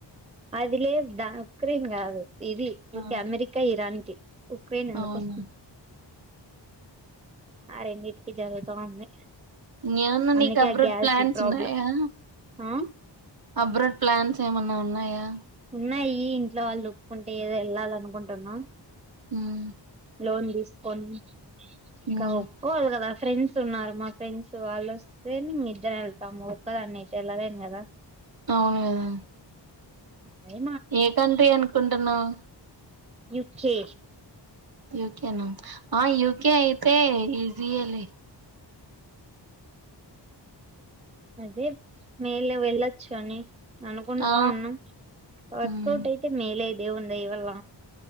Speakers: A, on the right (about 15°); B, on the right (about 55°).
A: అది లేద్ ద ఉక్రెన్ కాదు ఇది ఉర్కె
B: ఆ
A: అమెరిక ఇరాన్ కి ఉక్రెన్ ఎందుకు
B: అవునా
A: వస్తు ఆ రెండిటికి జరుగుతా ఉంది
B: ఇంగేమన్న
A: అందుకే
B: నీక్ అబ్రాడ్
A: ఆ గ్యాస్
B: ప్లాన్స్
A: ప్రాబ్లం
B: ఉన్నాయా
A: ఆ
B: అబ్రాడ్ ప్లాన్స్ ఏమన్న ఉన్నాయా
A: ఉన్నాయి ఇంట్లో వాళ్ళు ఒప్పుకుంటే ఏదో ఎళ్ళాలి అనుకుంటున్న
B: మ్
A: లోన్ తీస్ కొన్ ఇంక
B: మ్
A: ఒప్పుకోవలి కదా ఫ్రెండ్స్ ఉన్నారు మా ఫ్రెండ్స్ వాళ్ళొస్తే న్ ఇద్దరం వెళ్తాము ఒక్కదాన్నయితే వెళ్ళలేను కదా
B: అవును కదా
A: అదే
B: ఏ కంట్రీ అనుకుంటున్నవ్
A: యు కె
B: యుకె న ఆ యుకె అయితే ఇ రియల్లీ
A: అదే మేల వెళ్ళొచ్చు అని అనుకుంటా
B: ఆ
A: ఉన్నం వర్కౌట్
B: ఉమ్
A: అయితే మేలే దేవున్ దైవల్ల